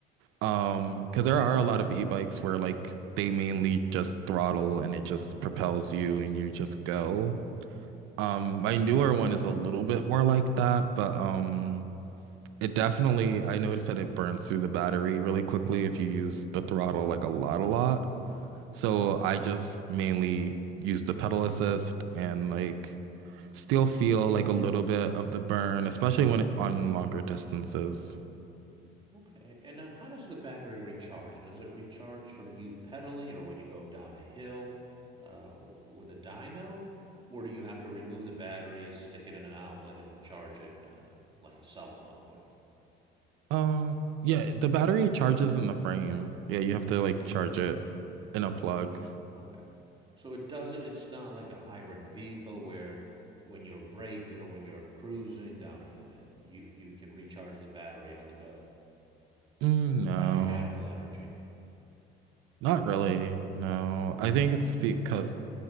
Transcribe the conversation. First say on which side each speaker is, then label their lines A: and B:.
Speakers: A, on the right (about 80°); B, on the right (about 25°).
A: Um, because there are a lot of e-bikes where like they mainly just throttle and it just propels you and you just go. Um, my newer one is a little bit more like that, but um. It definitely, I noticed that it burns through the battery really quickly if you use the throttle like a lot, a lot. So
B: Okay.
A: I just mainly use the pedal assist and like still feel like a little bit of the burn, especially when it, on longer distances.
B: Okay. And uh, how does the battery recharge? Does it recharge from you pedaling or when you go down a hill uh, with a dyno? Or do you have to remove the battery, stick it in an outlet, and charge it um, like a cell phone would?
A: Um, yeah, the battery charges in the frame. Yeah, you have to like charge it in a plug.
B: Okay. So it doesn't, it's not like a hybrid vehicle where when you're braking or when you're cruising down, a, you, you can recharge the battery on the go
A: Mm, no,
B: by mechanical energy.
A: not really. No,
B: Okay.
A: I think
B: Oh,
A: it's
B: it's
A: because
B: too bad.